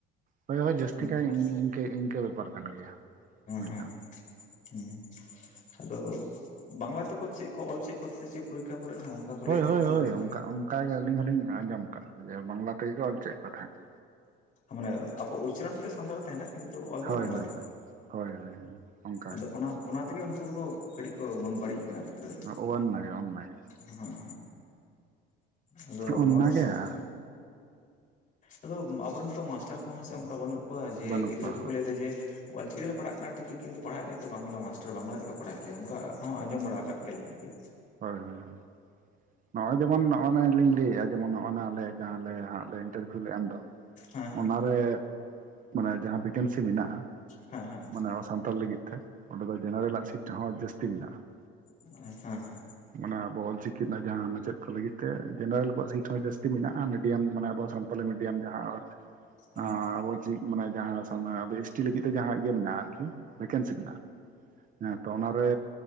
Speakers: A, on the right (about 40°); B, on the left (about 40°).
A: ᱦᱳᱭ ᱦᱳᱭ ᱡᱟᱹᱥᱛᱤ
B: ᱦᱮᱸ
A: ᱠᱟᱭ ᱤᱱ ᱤᱱᱠᱟᱹ ᱤᱱᱠᱟᱹ ᱵᱮᱯᱟᱨ ᱠᱟᱱ ᱜᱮᱭᱟ ᱵᱩᱡᱽ
B: ᱦᱮᱸ
A: ᱫᱟᱢ᱾
B: ᱦᱮᱸ ᱟᱫᱚ ᱵᱟᱝᱞᱟ ᱛᱮᱠᱚ ᱪᱮᱫ ᱠᱚ ᱚᱞ ᱪᱚᱭᱮ ᱠᱚ ᱛᱟᱦᱮᱱ ᱪᱮᱫ ᱯᱚᱨᱤᱠᱷᱟ ᱠᱚᱨᱮᱦᱚᱸ ᱚᱱᱠᱟ? ᱠᱚ
A: ᱦᱳᱭ
B: ᱞᱟᱹᱭᱮᱫ ᱛᱟᱦᱮᱸᱫ
A: ᱦᱳᱭ ᱦᱳᱭ
B: ᱜᱤᱫᱽᱨᱟᱹ
A: ᱚᱱᱠᱟ ᱚᱱᱠᱟ ᱜᱮ ᱟᱹᱞᱤᱧ ᱦᱚᱞᱤᱧ ᱟᱸᱡᱚᱢ ᱟᱠᱟᱜᱼᱟ, ᱡᱮ ᱵᱟᱝᱞᱟ ᱛᱮᱜᱮ ᱠᱚ ᱚᱞᱪᱚᱭᱮᱫ ᱠᱚ ᱛᱟᱦᱮᱸᱫ ᱾
B: ᱢᱟᱱᱮ ᱟᱵᱚ ᱩᱪᱨᱟᱹᱱ ᱛᱮᱫ ᱥᱟᱱᱛᱟᱲ ᱛᱟᱦᱮᱱᱟ᱾ ᱠᱤᱱᱛᱩ ᱚᱞ ᱫᱚ
A: ᱦᱳᱭ
B: ᱵᱟᱝᱞᱟᱛᱮ,
A: ᱦᱳᱭ ᱦᱳᱭ ᱦᱳᱭ ᱦᱳᱭ ᱚᱱᱠᱟᱜᱮ
B: ᱟᱫᱚ ᱚᱱᱟ ᱚᱱᱟ ᱛᱮᱜᱮ ᱩᱱᱠᱩ ᱫᱚᱠᱚ ᱠᱟᱹᱴᱤᱡ ᱠᱚ ᱵᱚᱱ ᱵᱟᱹᱲᱤᱡ ᱟᱠᱟᱱᱟ ᱚᱱᱰᱮ ᱫᱚ᱾
A: <inaudible>
B: ᱦᱮᱸ ᱦᱮᱸ ᱟᱫᱚ
A: ᱚᱱᱟᱜᱮ
B: ᱱᱚᱣᱟ ᱫᱚ ᱥᱟᱢ
A: ᱟᱨ
B: ᱟᱫᱚ ᱟᱵᱚᱨᱮᱱ ᱛᱚ ᱢᱟᱥᱴᱟᱨ ᱠᱚ ᱦᱚᱸ ᱥᱮ ᱚᱱᱠᱟ ᱵᱟᱹᱱᱩᱜ ᱠᱚᱣᱟ ᱡᱮ
A: ᱵᱟᱹᱱᱩᱜ
B: ᱜᱤᱫᱽᱨᱟᱹ
A: ᱠᱚᱣᱟ
B: ᱠᱚᱠᱚ
A: ᱦᱳᱭ
B: ᱞᱟᱹᱭ ᱮᱫᱟ ᱡᱮ ᱚᱞᱪᱤᱠᱤ ᱛᱮᱞᱮ ᱯᱟᱲᱦᱟᱜ ᱠᱟᱱᱟ ᱴᱷᱤᱠ ᱜᱮ, ᱠᱤᱱᱛᱩ ᱯᱟᱲᱦᱟᱣᱮᱫ ᱞᱮᱭᱟ ᱠᱚ ᱵᱟᱝᱞᱟ ᱢᱟᱥᱴᱟᱨ ᱵᱟᱝᱞᱟ ᱛᱮᱠᱚ ᱯᱟᱲᱦᱟᱣᱮᱫ ᱞᱮᱭᱟ᱾ ᱚᱱᱠᱟ ᱦᱚᱸ ᱟᱸᱡᱚᱢ ᱵᱟᱲᱟ ᱟᱠᱟᱜ ᱜᱮᱭᱟᱞᱤᱧ ᱟᱨᱠᱤ ᱾
A: ᱦᱳᱭ ᱦᱳᱭ ᱦᱳᱭ, ᱱᱚᱜᱼᱚᱭ ᱡᱮᱢᱚᱱ ᱱᱚᱜ ᱱᱟᱞᱤᱧ ᱞᱟᱹᱭᱮᱜᱼᱟ ᱡᱮᱢᱚᱱ ᱱᱚᱜᱼᱱᱟ ᱟᱞᱮ ᱡᱟᱦᱟᱸ ᱞᱮ ᱦᱟᱸᱜ ᱞᱮ ᱤᱱᱴᱟᱹᱨᱵᱷᱤᱭᱩ ᱞᱮ ᱮᱢ ᱫᱚ
B: ᱦᱮᱸ ᱦᱮᱸ
A: ᱚᱱᱟᱨᱮ ᱢᱟᱱᱮ ᱡᱟᱦᱟᱸ ᱵᱷᱮᱠᱮᱱᱥᱤ ᱢᱮᱱᱟᱜᱼᱟ
B: ᱦᱮᱸ ᱦᱮᱸ
A: ᱢᱟᱱᱮ ᱟᱵᱚ ᱥᱟᱱᱛᱟᱲ ᱞᱟᱹᱜᱤᱫ ᱛᱮ ᱚᱸᱰᱮ ᱫᱚ ᱡᱮᱱᱟᱨᱮᱞᱟᱜ ᱥᱤᱴ ᱦᱚᱸ ᱡᱟᱹᱥᱛᱤ ᱦᱮᱱᱟᱜ-ᱟ ᱾
B: ᱦᱮᱸ ᱦᱮᱸ᱾
A: ᱚᱱᱟ ᱟᱵᱚ ᱚᱞᱪᱤᱠᱤ ᱨᱮᱱᱟᱜ ᱡᱟᱦᱟᱸ ᱢᱟᱪᱮᱫ ᱠᱚ ᱞᱟᱹᱜᱤᱫ ᱛᱮ ᱡᱮᱱᱟᱨᱮᱞ ᱠᱚᱣᱟᱜ ᱥᱤᱴ ᱦᱚᱸ ᱡᱟᱹᱥᱛᱤ ᱢᱮᱱᱟᱜᱼᱟ, ᱢᱤᱰᱤᱭᱟᱢ ᱢᱟᱱᱮ ᱟᱵᱚ ᱥᱟᱱ ᱥᱟᱱᱛᱟᱞᱤ ᱢᱤᱰᱤᱭᱟᱢ ᱡᱟᱦᱟᱸ ᱟᱨ
B: ᱦᱮᱸ
A: ᱟᱻ ᱟᱵᱚᱣᱟᱜ ᱪᱤᱠ ᱢᱟᱱᱮ ᱡᱟᱦᱟᱸ ᱥᱟᱢᱱᱮ ᱮᱥᱴᱤ ᱞᱟᱹᱜᱤᱫ ᱛᱮ ᱡᱟᱦᱟᱸ ᱤᱭᱟᱹ ᱢᱮᱱᱟᱜᱼᱟ ᱟᱨᱠᱤ ᱵᱷᱮᱠᱮᱱᱥᱤ ᱢᱮᱱᱟᱜᱼᱟ, ᱛᱚ ᱚᱱᱟᱨᱮ